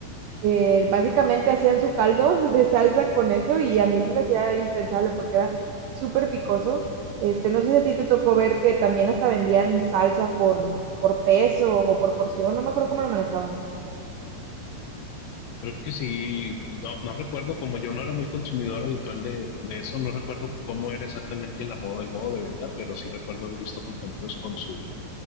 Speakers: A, on the right; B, on the left.
A: eh, básicamente hacían su caldo <laughs> de salsa con eso y a mí se me hacía impensable porque era súper picoso. Este, no sé si a ti te tocó ver que también hasta vendían salsa por, por peso o por porción, no me acuerdo cómo lo manejaban.
B: Creo que sí, no, no recuerdo, como yo no era muy consumidor habitual de, de eso, no recuerdo cómo era exactamente la moda, el modo de venta, pero sí recuerdo haber visto compañeros con su,